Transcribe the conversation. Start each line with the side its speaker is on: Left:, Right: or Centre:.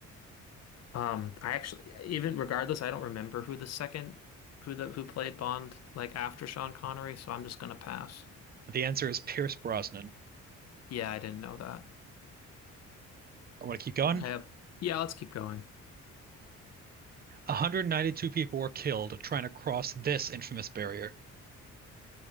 Left: Um, I actually, even regardless, I don't remember who the second, who the who played Bond like after Sean Connery, so I'm just gonna pass.
Right: the answer is Pierce Brosnan
Left: Yeah, I didn't know that.
Right: I want to keep going
Left: Yeah, yeah, let's keep going.
Right: 192 people were killed trying to cross this infamous barrier